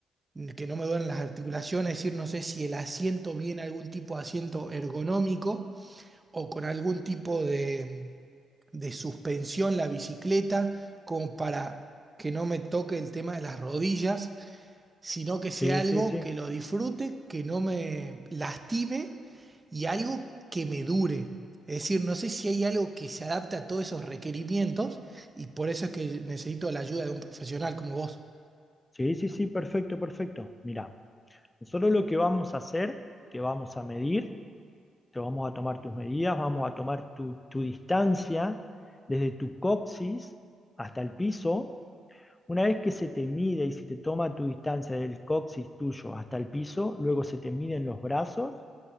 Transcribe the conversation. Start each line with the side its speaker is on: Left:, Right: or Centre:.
Right: que no me duelan las articulaciones. Es decir, no sé si el asiento viene algún tipo de asiento ergonómico o con algún tipo de, de suspensión la bicicleta, como para que no me toque el tema de las rodillas sino que sea
Left: Sí,
Right: algo
Left: sí, sí,
Right: que lo disfrute, que no me lastime y algo que me dure. Es decir, no sé si hay algo que se adapte a todos esos requerimientos y por eso es que necesito la ayuda de un profesional como vos.
Left: sí, sí, sí, perfecto, perfecto. Mira, nosotros lo que vamos a hacer, te vamos a medir, te vamos a tomar tus medidas, vamos a tomar tu, tu distancia desde tu coxis hasta el piso, Una vez que se te mide y se te toma tu distancia del coxis tuyo hasta el piso, luego se te miden los brazos